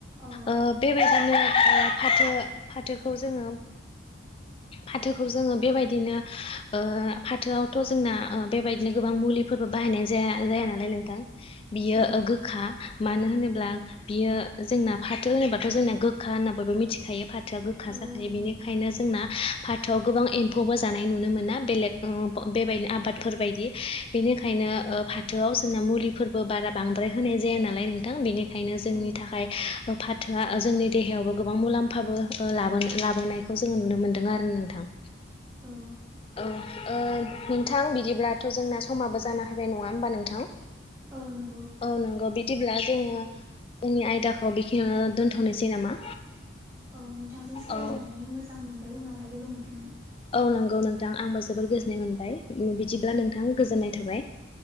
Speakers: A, on the right; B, on the left.
A: औ
B: ओ बेबायदिनो फाथो फाथोखौ जोङो। फाथोखौ जोङो बेबायदिनो ओ फाथोआवथ' जोंना ओ बेबायदिनो गोबां मुलिफोरबो बाहायनाय जाया जाया नालाय नोंथां। बियो
A: औ
B: ओ गोखा मानो होनोब्ला बियो जोंना फाथो होनोबा थ' जोंना गोखा होनना बयबो मिथिखायो फाथोआ गोखा
A: औ
B: जाखायो
A: नंगौ
B: बेनिखायनो जोंना फाथोआव गोबां एम्फौबो जानाय नुनो मोना बेलेग बेबायदिनो आबादफोर बायदि बेनिखायनो ओ फाथोआव जोंना मुलिफोरबो बारा बांद्राय होनाय जाया नालाय नोंथां बेनि खायनो जोंनि
A: औ
B: थाखाय ओ फाथ थोआ जोंनि देहायावबो गोबां मुलाम्फाबो ओ लाबोन लाबोनायखौ जोङो नुनो मोन्दों आरो नोंथां।
A: औ।
B: औ ओ नोंथां बिदिब्लाथ' जोंना समाबो जाना हायबाय नङा होमबा नोंथां।
A: औ नंगौ।
B: औ नंगौ बिदिब्ला जोङो जोंनि आयदाखौ बेखिनियावनो दोन्थ'नोसै नामा?
A: औ नोंथांजों सावरायनानै
B: औ
A: मोजां मोनबाय उनावहाय लोगो मोनफिनगोन।
B: औ नंगौ नोंथां आंबो जोबोर गोजोननाय मोनबाय बिदिब्ला नोंथां गोजोननाय थाबाय।